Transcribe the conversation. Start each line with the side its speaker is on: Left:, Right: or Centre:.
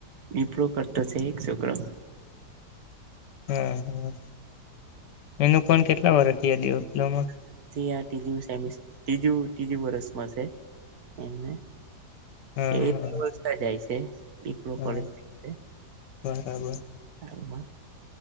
Right: ડીપલો કરતો છે એક છોકરો
Left: હમમ હમમ એને પણ કેટલા વરહ થયા ડિપ્લોમા
Right: આ થી આ ત્રીજું સેમ્સટ ત્રીજું ત્રીજું વર્ષમાં છે એમને
Left: હા
Right: એ
Left: હા
Right: દિવસ ના જાય છે ડિપ્લો
Left: હા
Right: કોલેજ કરીને
Left: બરાબર
Right: હાલ માં